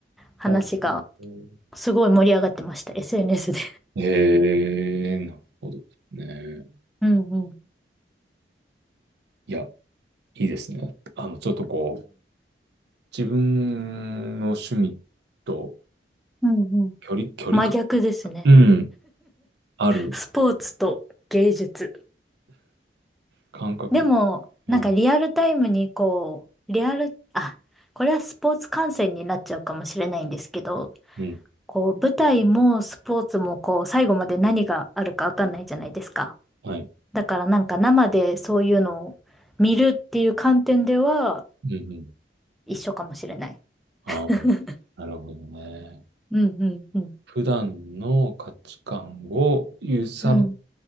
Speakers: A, in the centre; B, on the right.
A: 話が
B: ほうほうほ
A: すごい盛り上がってました。SNS で。
B: うへえ、なるほどですね。
A: うん。
B: いや、いいですね。あの、ちょっとこう、自分の趣味と
A: うんうん。
B: 距離、距離感、
A: 真逆ですね。
B: うん、ある
A: スポーツと芸術。
B: 感覚。
A: でも、
B: はい。
A: なんかリアルタイムにこう、リアル、あ、これはスポーツ観戦になっちゃうかもしれないんですけど、
B: うん
A: こう、舞台もスポーツもこう、最後まで何があるかわかんないじゃないですか。
B: はい。
A: だからなんか生でそういうのを見るっていう観点では
B: うんうん。
A: 一緒かもしれない。<laughs>
B: ああ、なるほどね。
A: うんうんうん。
B: 普段の価値観を揺さぶ
A: うん。